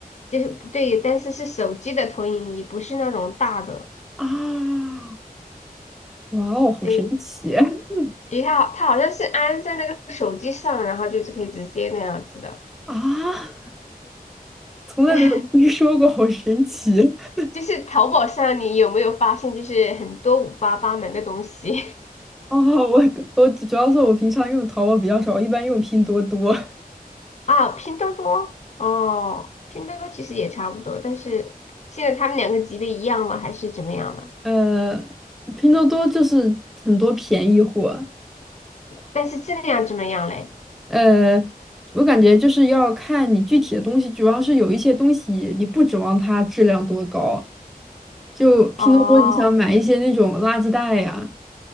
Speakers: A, on the left; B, in the centre.
A: 就是对，但是是手机的投影仪，不是那种大的。
B: 啊，哇哦，好神奇
A: 对，
B: <laughs>
A: 因为它好它好像是安在那个手机上，然后就是可以直接那样子的。
B: 啊！从来没有听说过，
A: <laughs>
B: 好神奇。<laughs>
A: 就是淘宝上，你有没有发现，就是很多五花八门的东西
B: 哦，我我主要是我平常用淘宝比较少，我一般用拼多多。
A: <laughs> 啊？拼多多哦，拼多多其实也差不多，但是现在他们两个级别一样吗？还是怎么样的？
B: 呃，拼多多就是很多便宜货，
A: 但是质量怎么样嘞？
B: 呃，我感觉就是要看你具体的东西，主要是有一些东西你不指望它质量多高，就拼多多你想买一些那种垃圾袋呀，
A: 哦